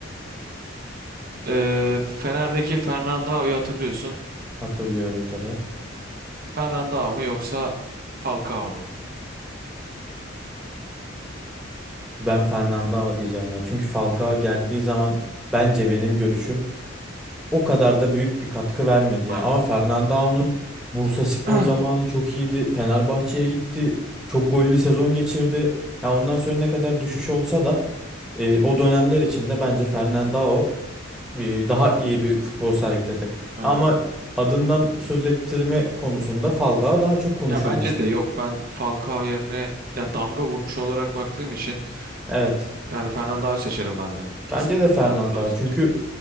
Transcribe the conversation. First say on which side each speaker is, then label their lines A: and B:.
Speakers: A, on the right; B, in the centre.
A: Ee, Fener'deki Fernandao'yu hatırlıyorsun.
B: Hatırlıyorum tabii.
A: Fernandao mu yoksa Falcao mu?
B: Ben Fernandao diyeceğim ya. Çünkü Falcao geldiği zaman bence benim görüşüm o kadar da büyük bir katkı vermedi
A: Aynen.
B: ya. Ama Fernandao'nun Bursaspor
A: <clears throat>
B: zamanı çok iyiydi. Fenerbahçe'ye gitti. Çok gollü sezon geçirdi. Ya ondan sonra ne kadar düşüş olsa da e, o dönemler içinde bence Fernandao e, daha iyi bir futbol sergiledi.
A: Aynen.
B: Ama adından söz ettirme konusunda Falcao daha çok konuşulmuştu.
A: Ya bence de yok. Ben Falcao yerine ya damga vurmuş olarak baktığım için
B: Evet.
A: yani Fernandao'yu seçerim ben de. Kesinlikle
B: Bence de Fernandao.
A: Fernandao'yu seçerim.
B: Çünkü